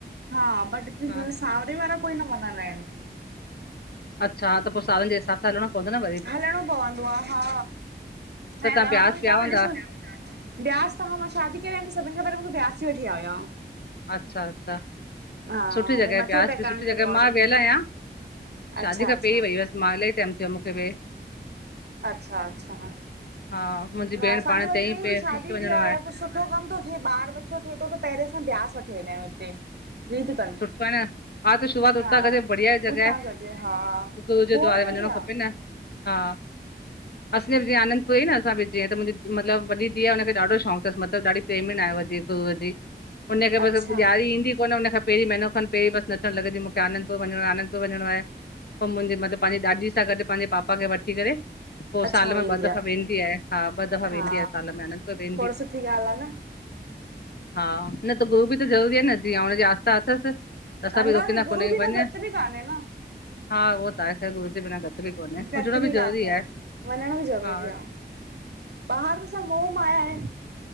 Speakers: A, on the right (about 70°); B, on the left (about 65°).
A: हा बट हिते
B: हा
A: त सावरे वारा कोई न मञंदा आहिनि।
B: अच्छा त पाे सावरन जे हिसाब हलणाे पवंदाे न व
A: हलणो पवंदो आ हा,
B: त
A: ऐं
B: तव्हां
A: रहणो
B: ब्यास
A: ई
B: विया
A: तव
B: हूंदा
A: ॾिसो, ब्यास त हा मां शादी करे आयमि त सभिनि खां पहिरियों मूंखे ब्यास ई वठी विया हुया।
B: अच्छा -अच्छा
A: हा
B: सुठी जॻह
A: भई मथो
B: ब्यास
A: टेकाइण
B: बि सुठी जॻह
A: जे अकॉर्डिंग
B: मां वियल आहियां,
A: अच्छा
B: शादी खां
A: अच्छा
B: पहिरीं वई हुयसि मां इलाही टाइम थियो मूंखे वऐ,
A: अच्छा -अच्छा।
B: हा। मुंहिंजी
A: हा,
B: भेण
A: असांजो
B: पाण
A: वरी
B: चयईं
A: हे
B: पिए
A: कि शादी
B: मूंखे वञिणो
A: थी आ
B: आहे
A: या कुछ सुठो कमु तो थे, ॿार बचो थे तो त पहिरे असां ब्यास वठी वेंदायूं हिते, रीत तनि
B: सुठो आहे न हा त शुरूआत हुतां
A: हा,
B: कजे बढ़िया जॻह
A: उतां
B: आहे
A: कजे हा,
B: गुरू जे
A: खोड़
B: द्वारे
A: बड़ी
B: वञणो
A: आ
B: खपे न हा, असां बि जिअं आनंदपुरी न असां बि जीअं त मुंहिंजी मतलब वॾी धीअ आ हुनखे ॾाढो शौंक़ तस मतलबु ॾाढी प्रेमिन आयो आ जिअं गुरूअ जी, हुनखे
A: अच्छा
B: बसि ॾियारी ईंदी कोन हुनखे पहिरीं महीनो खन पहिरीं बसि नचणु लॻंदी मूंखे आनंदपुर वञिणो आ आनंदपुर वञणो आहे, पो मुंहिंजे मतलबु पांजे ॾाॾी सां गॾु पांजे पापा खे वठी करे पो साल
A: अच्छा
B: में
A: वेंदी
B: ॿ दफ़ा वेंदी आहे, हा ॿ दफ़ा
A: हा
B: वेंदी आहे साल में आनंदपुर वें
A: खोड़ सुठी ॻाल् आ न।
B: हा, न त गुरू बि त ज़रूरी आ न जीअं हुनजी आस्था अथसि। त असां
A: ह
B: बि
A: न
B: रोकींदा
A: त गुरू
B: कोन आहियूं,
A: बि
B: वञ
A: न घटि बि कान्हे न
B: हा उहो त आहे। त गुरू जे बिना गत बि कोने
A: घटि
B: हुजणो बि ज़रूरी
A: काथे
B: आहे,
A: वञण बि ज़रूरी
B: हा।
A: आहे ॿाहिरि त सब मोह माया आहे।